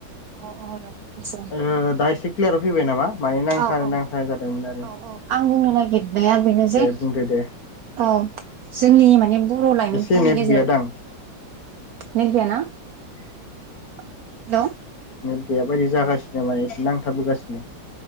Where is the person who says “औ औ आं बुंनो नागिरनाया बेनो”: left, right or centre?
Right